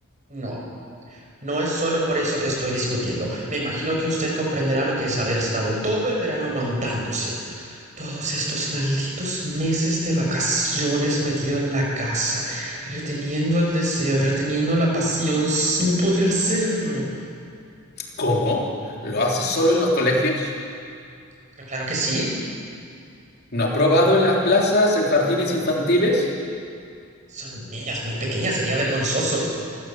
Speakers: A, on the right; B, on the left.
A: no. No es solo por eso que estoy discutiendo. Me imagino que usted comprenderá lo que es haber estado todo el verano aguantándose, Todos estos malditos meses de vacaciones metido en la casa, reteniendo el deseo, reteniendo la pasión, sin poder hacerlo.
B: ¿Cómo? ¿Lo hace solo en los colegios?
A: Pero claro que sí,
B: No ha probado en las plazas, en jardines infantiles.
A: son niñas muy pequeñas, sería vergonzoso.